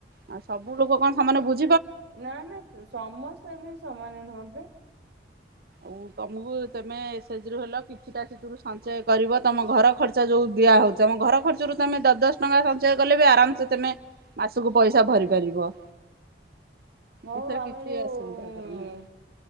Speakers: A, on the right; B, on the right.
A: ଆଉ ସବୁ ଲୋକ କଣ ସମାନ୍ ବୁଝ୍
B: ନା ନା ସମସ୍ତେ ବି ସମାନେ ନୁହନ୍ତି।
A: ଓଉ। ତମକୁ ତେମେ ଏସେ ଜିରୁ ହେଲ କିଛିଟା ସେଥିରୁ ସଞ୍ଚୟ କରିବ ତମ ଘର ଖର୍ଚ୍ଚ ଯୋଉ ଦିଆହେଉଛ ତମ ଘର ଖର୍ଚ୍ଚରୁ ତମେ ଦଶ୍ ଦଶ୍ ଟଙ୍କା ସଞ୍ଚୟ କଲେ ବି ଆରାମସେ ତମେ ମାସକୁ ପଇସା ଭରି ପାରିବ।
B: ହଉ
A: ଏଥିରେ
B: ଆମେ
A: କିଛି
B: ଯୋଉଁ
A: ଅସୁବିଧା କର ନାହିଁ।